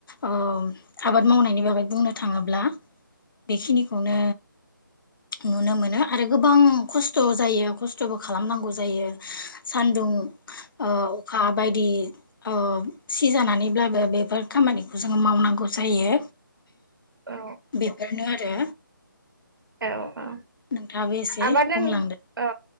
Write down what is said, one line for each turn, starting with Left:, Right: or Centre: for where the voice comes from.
Left: ओ आबाद मावनायनि बागै बुंनो थाङोब्ला बेखिनिखौनो नुनो मोनो आरो गोबां खस्थ' जायो खस्थ'बो खालामनांगौ जायो। सान्दुं ओ अ खा बायदि ओ सिजानानैब्लाबो बेफोर खामानिखौ जोङो मावनांगौ जायो।
Right: औ
Left: बेफोरनो आरो।
Right: औ औ
Left: नोंथाङाबो एसे
Right: आबाद
Left: बुंलांदो
Right: होन औ